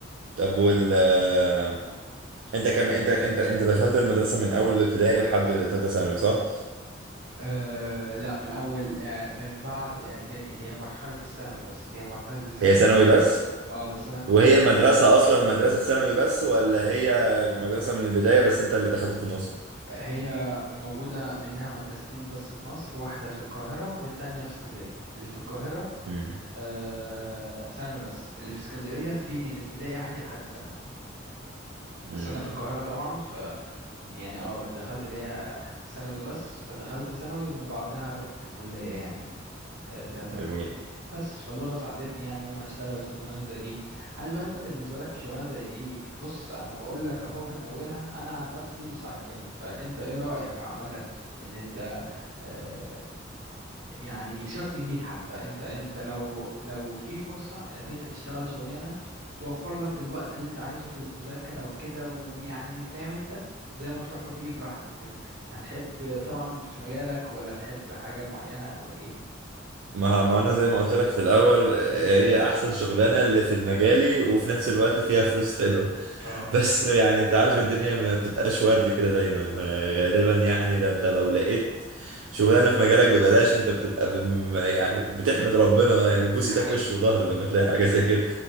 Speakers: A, on the right; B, on the right.
A: طب وال آه، انت كم انت انت انت دخلت المدرسة من أول ابتدائي لحد تالتة ثانوي صح؟
B: آه، لا من اول آه من بعد اعدادي هي مرحله الثانوي بس هي مرحله الثانوي
A: هي ثانوي
B: بس
A: بس؟
B: اه بس انا كنت
A: وهي
B: خ...
A: المدرسة أصلا مدرسة ثانوي بس ولا هي مدرسة من البداية بس أنت اللي دخلت في النص؟
B: هي موجوده منها مدرستين بس في مصر واحده في القاهره والتانية في اسكندريه اللي في القاهره
A: امم
B: آه ثانوي بس اللي في اسكندريه في من ابتدائي عادي لحد ثانوي بس
A: امم
B: انا في القاهره طبعا ف يعني اه دخلت ليا ثانوي بس فدخلت ثانوي ومن بعدها رحت الكليه يعني آه، طلعت على
A: جميل
B: الكليه بس فاللغه ساعدتني يعني ان انا اشتغل شغلانه زي دي هل بقى انت بالنسبه لك شغلانه زي دي بص انا بقول لك اهو من اولها انا عن نفسي مش عاجباني فانت ايه رايك عامه ان انت آه، يعني سيبك من دي حتى انت انت لو لو في فرصة انك انت تشتغل شغلانة توفر لك الوقت اللي انت عايزه في المذاكرة وكده ويعني فاهم انت زي ما تروح وتيجي براحتك كده هتحب طبعا في مجالك ولا تحب حاجة معينة او ايه
A: ما ما انا زي ما قلت لك في الاول
B: مم.
A: هي احسن شغلانه اللي في مجالي وفي نفس الوقت فيها فلوس حلوه
B: اه
A: بس يعني انت عارف الدنيا ما بتبقاش وردي كده دايما آه، غالبا يعني ده انت لو لقيت شغلانه في مجالك ببلاش انت بتبقى بم يعني بتحمد ربنا يعني بتبوس
B: حقيقي
A: ايدك وش وظهر لما تلاقي حاجه زي كده